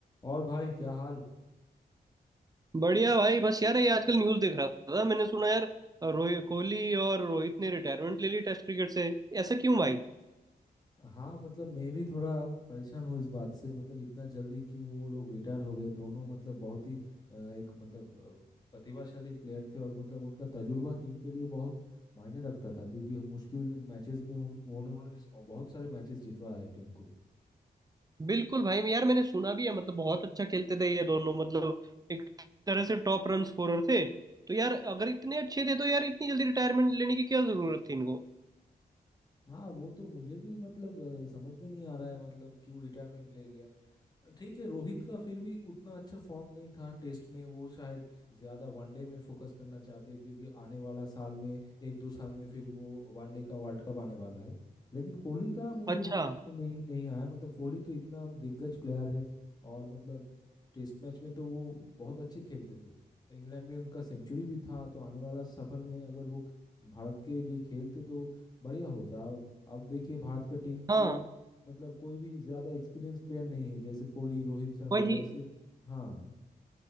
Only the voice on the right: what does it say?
बढ़िया भाई बस यार ये आजकल न्यूज़ देख रहा था मैंने सुना यार रोहित कोहली और रोहित ने रिटायरमेंट ले ली टेस्ट क्रिकेट से ऐसा क्यों भाई
बिल्कुल भाई मैं यार मैंने सुना भी है मतलब बहुत अच्छा खेलते थे ये दोनों मतलब एक तरह से टॉप रन स्कोरर थे तो यार अगर इतने अच्छे थे तो यार इतनी जल्दी रिटायरमेंट लेने की क्या जरूरत थी इनको
अच्छा
हाँ
वही